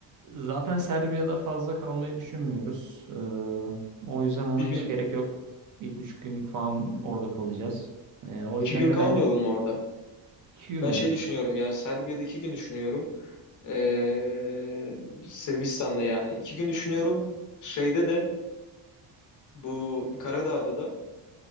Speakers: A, on the right; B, on the left.
A: Zaten Serbia'da fazla kalmayı düşünmüyoruz. Ee, o yüzden ona
B: Bir
A: hiç
B: gün
A: gerek yok. Bir buçuk günlük falan orada kalacağız. Ee, o
B: İki
A: yüzden
B: gün
A: de
B: kalmayalım
A: ben
B: mı orada?
A: iki gün
B: Ben
A: mü?
B: şey düşünüyorum ya Serbia'da iki gün düşünüyorum. Ee, Sırbistan'da yani. iki gün düşünüyorum. Şeyde de bu Karadağ'da da